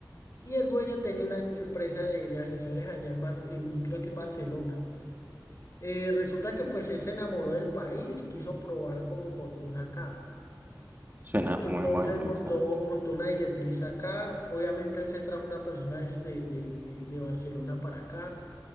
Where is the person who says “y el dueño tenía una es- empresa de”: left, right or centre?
Left